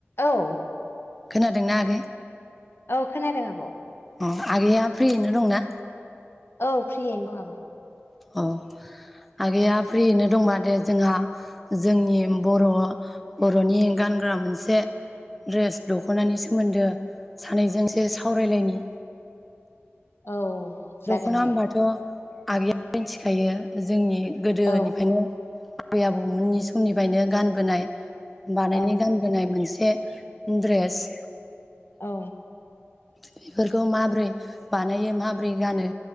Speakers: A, on the left; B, in the centre.
A: औ
B: खोनादोंना आगै?
A: औ खोनादों आब।
B: अ आगैया फ्रियैनो दंना?
A: औ फ्रियैनो दं आब।
B: अ आगैया फ्रियैनो दंबा दे जोंहा जोंनि बर' बर'नि गानग्रा मोनसे द्रेस दख'नानि सोमोन्दो सानैजोंसो सावरायलायनि।
A: औ जागोन
B: दख'ना होनबाथ'
A: दे
B: आगैया मिथिखायो जोंनि गोदोनिफ्रायनो
A: औ
B: आबै आबौमोननि समनिफ्रायनो गानबोनाय। बानायनाय
A: औ
B: गानबोनाय मोनसे। द्रेस
A: औ
B: बेफोरखौ माबोरै बानायो माबोरै गानो